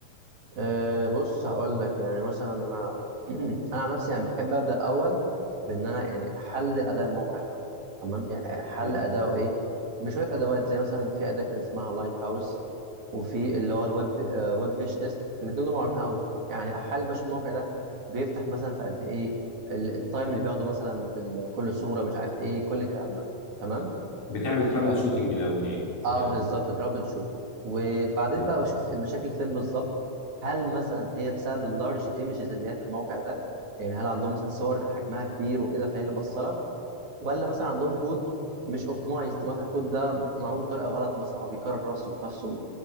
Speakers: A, on the right; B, on the left.
A: آه، بص هقول لك يعني مثلا انا <clears throat> انا عن نفسي يعني بحب ابدا الاول بان انا يعني احلل اداء الموقع ده تمام يعني احلل
B: مم.
A: اداؤه ايه بشويه ادوات زي مثلا في اداه كان اسمها لايت هاوس وفي اللي هو الويب آه ويب بيج تيست الاثنين دول معروفين قوي يعني احلل باش الموقع ده بيفتح مثلا في قد ايه ال- التايم اللي بياخده مثلا في ال- كل صوره مش عارف ايه كل الكلام ده تمام
B: بتعمل ترابل
A: طيب
B: شوتنج الاول يعني
A: اه
B: اه
A: بالظبط ترابل شوت وبعدين
B: مم.
A: بقى بشوف المشاكل فين بالظبط هل مثلا هي بسبب اللارج ايمجز اللي هي في الموقع ده يعني هل عندهم مثلا صور حجمها كبير وكده فهي اللي مقصره ولا مثلا عندهم كود مش اوبتمايزد مثلا الكود ده معمول بطريقه غلط مثلا او بيكرر نفسه بنفسه